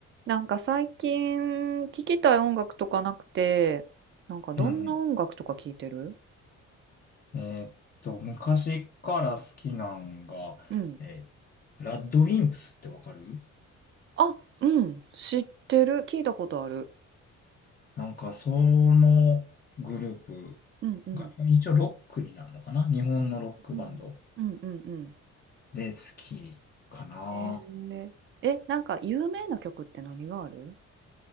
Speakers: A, on the right; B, on the left.
A: なんか最近聴きたい音楽とかなくて、なんかどんな音楽とか聴いてる
B: うんうん。えーっと、昔から好きなんが、
A: うん。
B: えーラッドウィンプスってわかる
A: あ、うん。知ってる。聞いたことある。
B: なんか、そのグループ
A: うんうん。
B: が、一応ロックになるのかな日本のロックバンド
A: うんうんうんうん。
B: で好きかな。
A: へえ。え、なんか有名な曲って何がある